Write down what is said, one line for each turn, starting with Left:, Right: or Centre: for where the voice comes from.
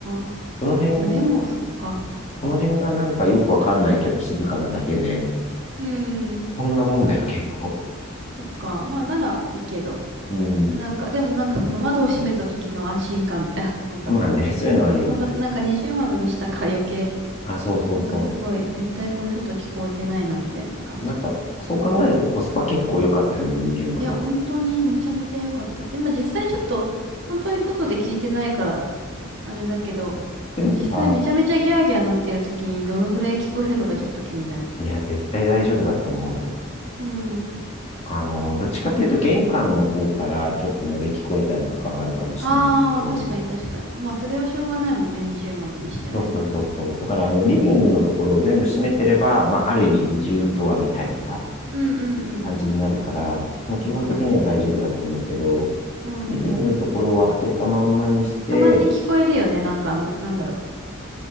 Right: ーあ。
Left: この辺、
Right: まあでも、そっか。
Left: この辺がなんかよくわかんないけど静かなだけで、
Right: うん。
Left: そんなもんだよ、結構。
Right: そっか。まあならいいけど。
Left: うん。
Right: いやなんか、でもなんかその窓を閉めた時の安心感みたいなの <laughs> すごかったね。
Left: まあね、
Right: <laughs>
Left: そういうのあるよね。
Right: まあさす、なんか二重窓にしたから余計、
Left: あ、そうそうそ
Right: なんかすごい、絶対これ外聞こえてないなみたいな感じで。
Left: う。なんか、そう考えるとコスパ結構良かったよね、二重窓。
Right: いや、本当にめちゃめちゃ良かった。でも実際ちょっと、本当に外で聞いてないから、あれだけど、
Left: でもさ、
Right: 実際めちゃめちゃギャーギャーなってる時にどのぐらい聞こえるのかちょっと気になる。
Left: いや、絶対大丈夫だと思うよ。
Right: うん。
Left: あの、どっちかというと玄関の方からちょっと漏れ聞こえたりとかはあるかもしれないけど、
Right: ああ、確かに確かに。まあ、それはしょうがないもんね。二重窓にしてないから。
Left: そうそうそうそう。だからあの、リビングのところを全部閉めてれば、まあ、ある意味二重ドアみたいなさ、
Right: うんうんうんう
Left: 感じになるから、
Right: ん。
Left: まあ、基本的には大丈夫だと思うけど、
Right: そうだね。うん。
Left: リビングのところは開けたまんまにして、
Right: たまに聞こえるよね。なんかあの、なんだろう。